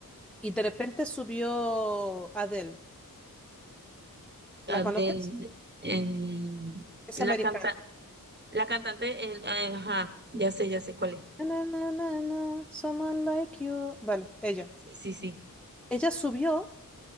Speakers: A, in the centre; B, on the right (about 30°).
A: Y de repente subió Adele. ¿La
B: Ah,
A: conoces?
B: del en-
A: Es
B: la
A: americana.
B: canta, la cantante, el- ah, ajá, ya sé, ya sé cuál es.
A: Na, na, na, na, na, someone like you. Vale, ella.
B: Sí, sí, sí.
A: Ella subió